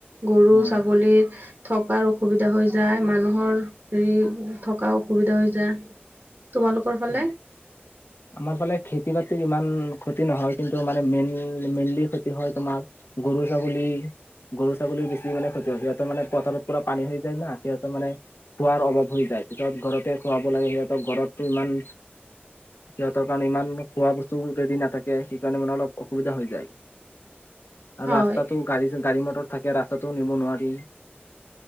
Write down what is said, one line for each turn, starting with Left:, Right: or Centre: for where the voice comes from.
Right: গৰু
Left: উম
Right: ছাগলীৰ থকাৰ অসুবিধা হৈ যায় মানুহৰ হেৰি থকা অসুবিধা হৈ যায় তোমালোকৰ ফালে
Left: হয়। আমাৰ ফালে খেতি বাতিৰ ইমান ক্ষতি নহয় কিন্তু মানে মেইনল মেইনলি ক্ষতি হয় তোমাৰ গৰু ছাগলী গৰু ছাগলীৰ বেছি মানে ক্ষতি হয় সিহঁতৰ মানে পথাৰত পূৰা পানী হৈ যায় না সিহঁতৰ মানে খোৱাৰ অভাৱ হৈ যায় ভিতৰত ঘৰতে খুৱাব লাগে সিহঁতক ঘৰত ইমান সিহঁতৰ কাৰণে ইমান খোৱা বস্তু ৰেডি নাথাকে সেইকাৰণে মানে অলপ অসুবিধা হৈ যায় আৰু
Right: হয়
Left: ৰাস্তাটো গাড়ী গাড়ী মটৰ থাকে ৰাস্তাত নিব নোৱাৰি